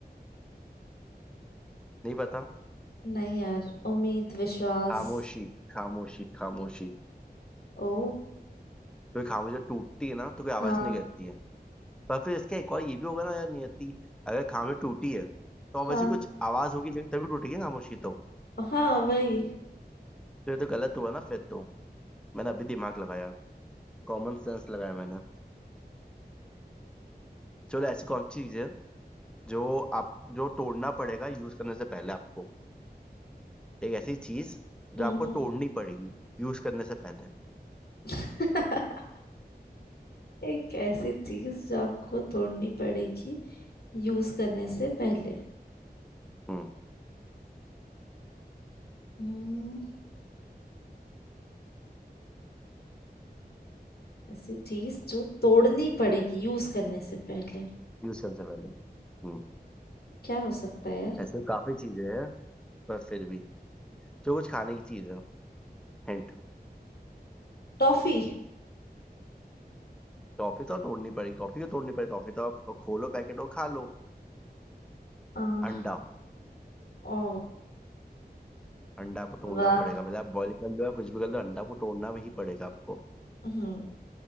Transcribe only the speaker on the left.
नहीं यार उम्मीद विश्वास
ओ
हाँ
हाँ
हाँ वही
हम्म
हम्म
<laughs> एक ऐसी चीज जो आपको तोड़नी पड़ेगी यूज करने से पहले
हम्म ऐसी चीज जो तोड़नी पड़ेगी यूज करने से पहले
क्या हो सकता है यार
टॉफी
आ,
ओ
वाह
हम्म